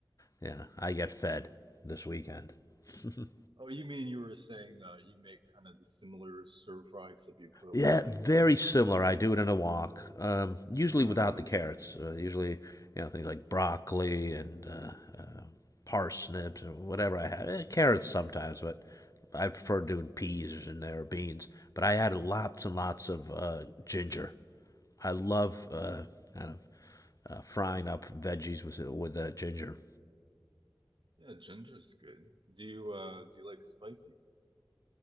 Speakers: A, on the left; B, on the right.
A: yeah, I get fed this weekend. <laughs>
B: there? Oh, you mean you were saying uh, you make kind of the similar stir fry except you put a
A: Yeah,
B: lot
A: very
B: of ginger.
A: similar. I do it in a wok, um, usually
B: Ah,
A: without
B: got
A: the carrots.
B: you.
A: Uh, usually, you know, things like broccoli and uh, uh, parsnips or whatever I have. Eh, carrots sometimes, but I prefer doing peas in there or beans. But I add lots and lots of uh, ginger. I love uh, kind of uh, frying up veggies with with uh, ginger.
B: Yeah, ginger's good. Do you uh do you like spicy?